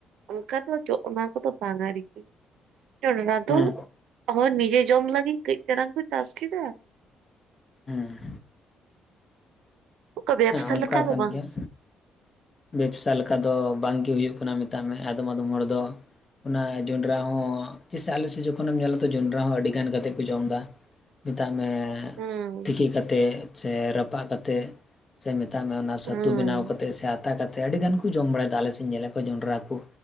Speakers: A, on the right; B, on the left.
A: ᱚᱱᱠᱟ ᱫᱚ ‌ᱡᱚ ᱚᱱᱟ ᱠᱚᱫᱚ ᱵᱟᱝᱟ ᱟᱲᱤ ᱡᱱᱚᱰᱨᱟ ᱫᱚ
B: ᱦᱮᱸ
A: ‌ᱦᱚᱭ ᱱᱤᱡᱮ ᱡᱚᱢ ᱞᱟᱹᱜᱤᱫ ᱠᱟᱹᱡ ᱪᱟᱨᱟᱝ ᱠᱚ ᱪᱟᱥ ᱠᱮᱫᱟ,
B: ᱦᱩᱸ᱾
A: ᱚᱠᱟ ᱵᱮᱵᱽᱥᱟ
B: ᱚᱱᱠᱟ
A: ᱞᱮᱠᱟ ᱫᱚ
B: ᱠᱟᱱ
A: ᱵᱟᱝ᱾
B: ᱜᱮᱭᱟ ᱵᱮᱵᱽᱥᱟ ᱞᱮᱠᱟ ᱫᱚ ᱵᱟᱝ ᱜᱮ ᱦᱩᱭᱩᱜ ᱠᱟᱱᱟ ᱢᱮᱛᱟᱜ ᱢᱮ ᱟᱫᱚᱢ ᱟᱫᱚᱢ ᱦᱚᱲ ᱫᱚ ᱚᱱᱟ ᱡᱚᱸᱰᱨᱟ ᱦᱚᱸ ᱛᱤ ᱥᱮ ᱟᱞᱮ ‌ᱥᱮᱜ ᱡᱚᱠᱷᱚᱱᱮᱢ ᱧᱮᱞᱟ ᱛᱚ ᱡᱚᱱᱰᱨᱟ ᱦᱚᱸ ᱟᱹᱰᱤ ᱜᱟᱱ ᱠᱟᱛᱮᱜ ᱠᱚ ᱡᱚᱢ ᱫᱟ᱾ ᱢᱮᱛᱟᱜ ᱢᱮ
A: ᱦᱩᱸ
B: ᱛᱤᱠᱤ ᱠᱟᱛᱮᱜ ᱥᱮ ᱨᱟᱯᱟᱜ ᱠᱟᱛᱮᱜ᱾ ᱥᱮ ᱢᱮᱛᱟᱜ ᱢᱮ ᱚᱱᱟ
A: ᱦᱩᱸ
B: ᱥᱟᱹᱛᱩ ᱵᱮᱱᱟᱣ ᱠᱟᱛᱮᱜ ᱥᱮ ᱟᱛᱟ ᱠᱟᱛᱮᱜ ᱟᱹᱰᱤ ᱜᱟᱱ ᱩᱚ ᱡᱚᱢ ᱵᱟᱲᱟᱭ ᱫᱟ ᱟᱞᱮ ᱥᱮᱜ ᱧᱮᱞᱮᱜ ᱠᱚ ᱡᱚᱸᱰᱨᱟ ᱠᱩ᱾